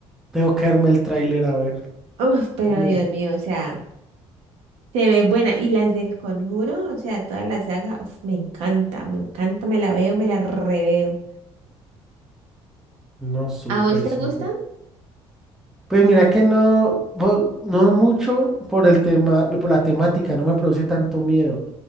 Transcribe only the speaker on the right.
Uf, pero
Dios mío, o sea, se ve buena. Y las del Conjuro, o sea, toda la saga, uf, me encanta, me encanta, me la veo, me la reveo.
¿A vos te
gustan?